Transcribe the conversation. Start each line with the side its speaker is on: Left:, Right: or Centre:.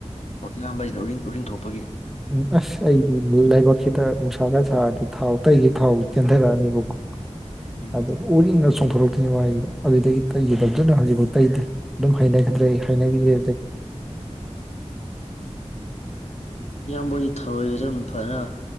Left: ꯑꯣ ꯏꯌꯥꯝꯕꯁꯤꯅ ꯎꯔꯤꯡ ꯎꯔꯤꯡꯊꯣꯛꯄ ꯄꯒꯤ
Centre: ꯎꯝ ꯑꯁ ꯑꯩꯗꯤ ꯂꯩꯥꯏꯕꯛꯁꯤꯗ ꯅꯨꯡꯁꯥꯒ ꯁꯥꯔꯗꯤ ꯊꯥꯎ ꯑꯇꯩꯒꯤ ꯐꯥꯎꯕ ꯆꯦꯟꯊꯔꯛꯑꯅꯤꯕꯀꯣ
Left: ꯎꯝ
Centre: ꯑ ꯑꯣ ꯆꯨꯝꯊꯣꯛꯔꯛ ꯁꯤꯒꯤꯗ ꯑꯗꯨꯗꯒꯤ ꯇꯩꯈꯤꯗꯕꯗꯨꯅ ꯍꯧꯖꯤꯛꯐꯥꯎ ꯇꯩꯗꯤ ꯑꯗꯨꯝ ꯍꯩꯅꯈꯤꯗ꯭ꯔꯦ ꯑꯩ ꯍꯩꯅꯕꯤꯗꯦ
Left: ꯏꯌꯥꯝꯕꯣꯏꯗꯤ ꯊꯔꯣꯏꯒꯁꯦ ꯑꯗꯨꯝ ꯐꯖꯅ